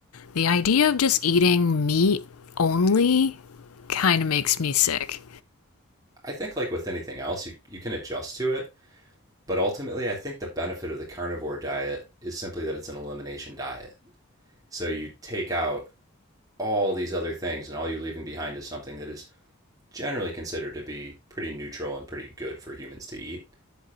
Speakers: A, on the left (about 85°); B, on the right (about 15°).
A: the idea of just eating meat only kind of makes me sick.
B: I think like with anything else, you you can adjust to it, but ultimately I think the benefit of the carnivore diet is simply that it's an elimination diet. So you take out all these other things, and all you're leaving behind is something that is generally considered to be pretty neutral and pretty good for humans to eat.